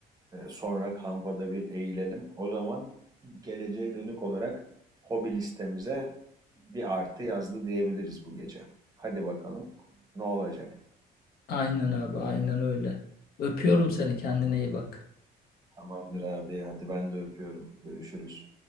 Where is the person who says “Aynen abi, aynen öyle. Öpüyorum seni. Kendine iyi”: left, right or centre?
Left